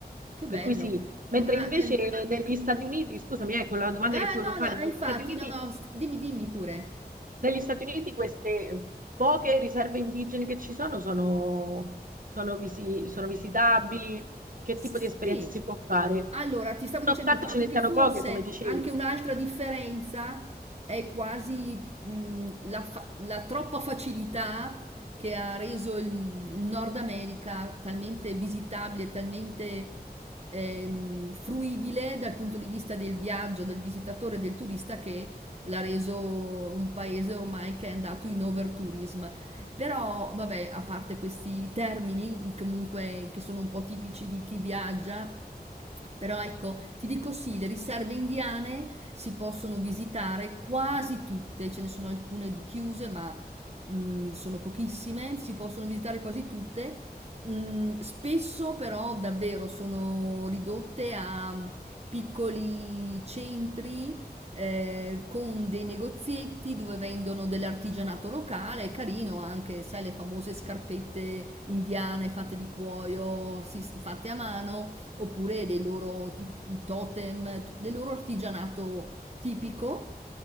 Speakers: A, on the right (about 40°); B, on the right (about 55°).
A: Che bello.
B: Per cui sì, mentre
A: Ma...
B: invece
A: ehm,
B: negli Stati Uniti, scusami, ecco la domanda
A: ah,
B: che ti volevo
A: no,
B: fare,
A: no, eh,
B: negli
A: infatti,
B: Stati Uniti,
A: no, no, st- dimmi, dimmi pure.
B: negli Stati Uniti queste poche riserve indigene che ci sono sono, sono visi- sono visitabili, che
A: Sì.
B: tipo di esperienza si può fare?
A: Allora, ti stavo dicendo
B: Nonostante
A: infatti
B: ce ne
A: che
B: siano
A: forse
B: poche, come dicevi.
A: anche un'altra differenza è quasi mh, la, fa- la troppa facilità che ha reso il, il Nord America talmente visitabile, talmente ehm, fruibile dal punto di vista del viaggio, del visitatore, del turista, che l'ha reso un paese ormai che è andato in overtourism. Però, vabbè, a parte questi termini, comunque, che sono un po' tipici di chi viaggia, però ecco, ti dico sì, le riserve indiane si possono visitare quasi tutte, ce ne sono alcune di chiuse, ma mh, sono pochissime, si possono visitare quasi tutte. Mm, spesso però davvero sono ridotte a mm, piccoli centri eh, con dei negozietti dove vendono dell'artigianato locale, carino anche, sai, le famose scarpette indiane fatte di cuoio, si- fatte a mano, oppure dei loro tipi, totem, t- del loro artigianato tipico.